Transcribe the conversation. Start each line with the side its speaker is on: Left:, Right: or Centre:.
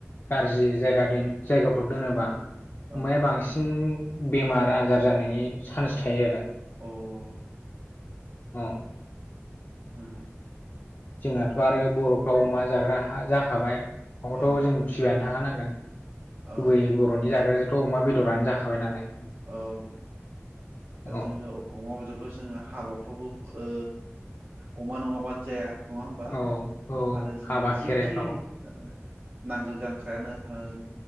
Left: गाज्रि जायगा दै जायगाफ्राव दोनोबा
Right: औ
Left: अमाया बांसि उम्म बेमार आजार जानायनि चान्स थायो आरो ।
Right: अ ।
Left: औ।
Right: ओ
Left: जोंहाथ' आरो बर'फ्राव अमा जाग्रा हा जाखाबाय । न'आवथ'
Right: औ
Left: जों फिबायानो थाखा नांगोन । <inaudible>
Right: औ
Left: गुबै बर'नि जाग्रा थ' अमा बेदरानो जाखाबाय नालाय ।
Right: औ । दा
Left: औ
Right: जोङो अमा बेदरखौ जोङो हाबाफ्रावबो ओ ओ अमा नङाबानो जाया । नङा होमबा
Left: औ औ
Right: आरो जोङो
Left: हाबा
Right: जिखि
Left: खेराइफ्राव
Right: ओ नांगोल जांख्रायानो होन